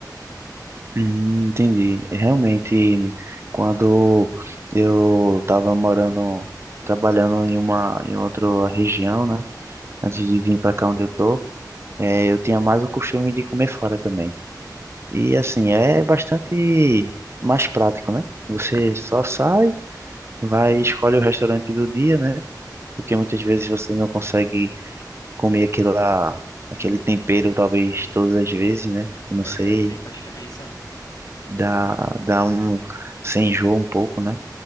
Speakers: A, on the right (about 35°); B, on the left (about 65°).
A: Hum, entendi. Realmente, quando eu estava morando, trabalhando em uma, em outra região, né? Antes de vir para cá onde eu tô, eh, eu tinha mais o costume de comer fora também. E assim, é bastante mais prático, né? Você só sai, vai e escolhe o restaurante do dia, né? Porque
B: Uhum.
A: muitas vezes você não consegue comer aquela, aquele tempero, talvez todas as vezes, né? Eu não
B: É,
A: sei.
B: sim, faz diferença.
A: dá, dá um, você enjoa um pouco, né?